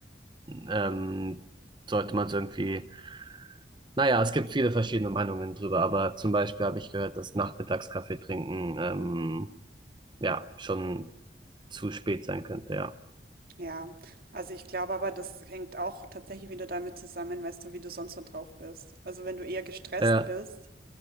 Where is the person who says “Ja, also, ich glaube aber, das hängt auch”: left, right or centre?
Right